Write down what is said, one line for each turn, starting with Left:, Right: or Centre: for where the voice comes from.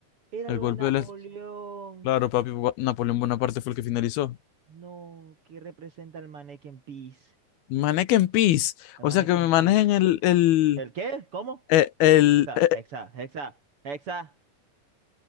Right: Era
Left: El
Right: lo
Left: golpe
Right: de Napoleón.
Left: de del... Claro, papi, Bo- Napoleón Bonaparte fue el que finalizó.
Right: No, ¿qué representa el Mannequin Peace?
Left: Manequen en peace.
Right: El
Left: O
Right: Mannequin
Left: sea, que me manejen
Right: Peace.
Left: el, el,
Right: ¿El qué? ¿Cómo?
Left: eh, el,
Right: Hexa,
Left: eh,
Right: hexa, hexa, hexa.